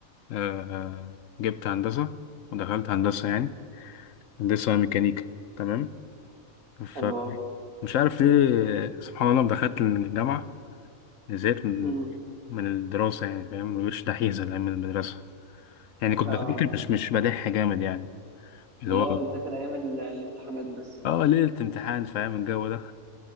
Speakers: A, on the left; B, on the right.
A: آه آه، جبت هندسه ودخلت هندسه يعني هندسه ميكانيكا تمام فمش
B: حلو اوي
A: عارف ليه سبحان الله لما دخلت الجامعه زهقت من
B: مم.
A: من الدراسه يعني فاهم مش دحيح زي ايام المدرسه يعني كنت
B: اه
A: بذاكر مش مش بدح جامد يعني اللي
B: اللي
A: هو
B: هو بتذاكر ايام ال- الامتحانات بس
A: اه ليله امتحان فاهم الجو ده